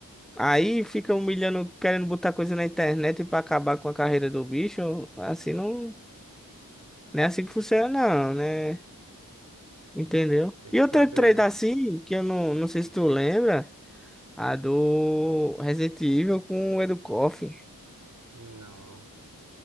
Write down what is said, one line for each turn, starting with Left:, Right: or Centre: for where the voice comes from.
Centre: Aí fica humilhando, querendo botar coisa na internet pra acabar com a carreira do bicho. Assim não, não é assim que funciona, não, né? Entendeu?
Right: Tem
Centre: E
Right: que saber,
Centre: outra treta
Right: né?
Centre: assim, que eu não, não sei se tu lembra, a do Resident Evil com o Edu Koff.
Right: Não.